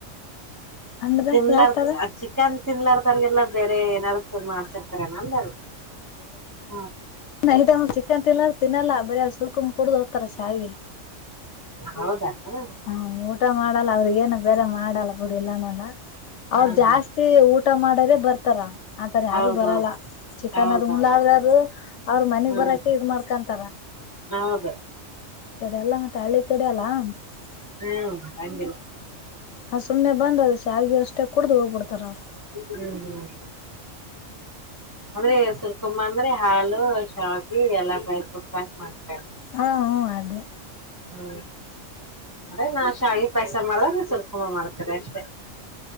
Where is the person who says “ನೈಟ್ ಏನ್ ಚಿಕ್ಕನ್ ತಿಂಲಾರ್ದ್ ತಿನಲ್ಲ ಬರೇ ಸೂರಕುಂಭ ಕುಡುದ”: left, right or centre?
Left